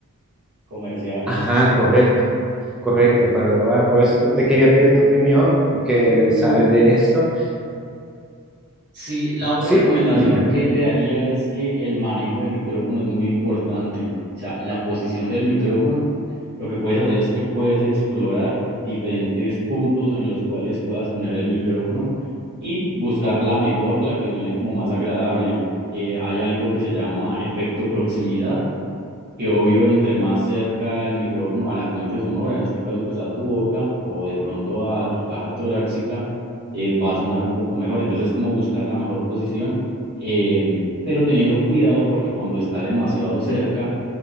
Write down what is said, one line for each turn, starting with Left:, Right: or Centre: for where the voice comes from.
Right: comerciales.
Centre: ajá, correcto, correcto para grabar, por eso te quería pedir tu opinión, porque
Right: Mm,
Centre: sabes de esto.
Right: Sí, la otra
Centre: Sí,
Right: recomendación
Centre: dime.
Right: que te daría es que el manejo del micrófono es muy importante. O sea, la posición del micrófono, lo que puedes hacer es que puedes explorar diferentes puntos en los cuales puedas poner el micrófono y buscar la mejor, la que suene como más agradable. Eh, hay algo que se llama efecto proximidad que obvio entre más cerca el micrófono a la fuente sonora, en este caso pues a tu boca o de pronto a tu caja torácica, eh, va a sonar un poco mejor. Entonces es como buscar la mejor posición, eh, pero teniendo cuidado porque cuando está demasiado cerca,